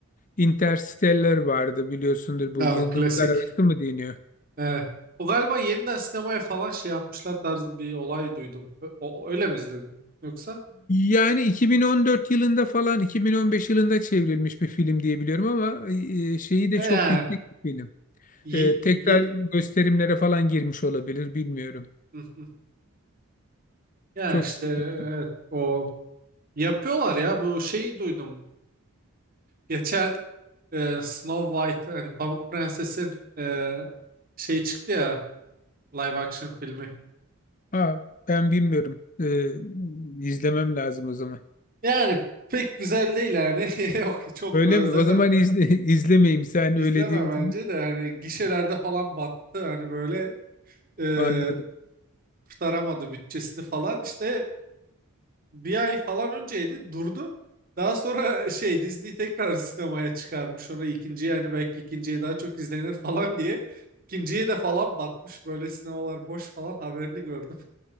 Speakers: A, on the left (about 35°); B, on the right (about 40°).
A: Interstellar vardı biliyorsundur bu
B: Yani
A: Yıldızlar
B: klasik.
A: Arası mı deniyor?
B: Evet. O galiba yeniden sinemaya falan şey yapmışlar tarzı bir olay duydum. Ö- O, öyle mi izledin? Yoksa?
A: Yani 2014 yılında falan 2015 yılında çevrilmiş bir film diye biliyorum ama e, e, şeyi de
B: E, yani
A: çok yüksek bir film.
B: y-
A: Ee,
B: y-
A: tekrar gösterimlere falan girmiş olabilir bilmiyorum.
B: Hı hı. ya
A: Çok
B: işte
A: sevmiştim.
B: evet, o yapıyorlar ya bu şeyi duydum. Geçen e, Snow White hani Pamuk Prenses'in e, şey çıktı ya live action filmi.
A: Ha, ben bilmiyorum. Ee, izlemem lazım o zaman.
B: Yani pek güzel değil yani. <laughs> Yok çok
A: Öyle
B: e,
A: mi?
B: zaten
A: O zaman izle, <laughs> izlemeyeyim sen
B: izleme
A: öyle diyorsun.
B: bence de yani gişelerde falan battı hani böyle e,
A: Anladım.
B: kurtaramadı bütçesini falan işte bir ay falan önceydi durdu. Daha sonra <laughs> şey Disney tekrar sinemaya çıkarmış onu ikinci yani belki ikinciye daha çok izlenir falan diye. İkinciye de falan batmış böyle sinemalar boş falan haberini gördüm.